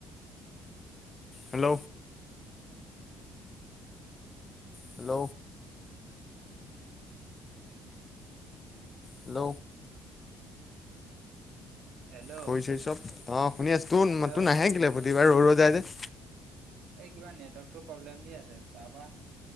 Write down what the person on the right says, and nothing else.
হেল্ল'
হেল্ল'
এই কিবা নেটৱৰ্কতো প্ৰব্লেম দি আছে তাৰপা।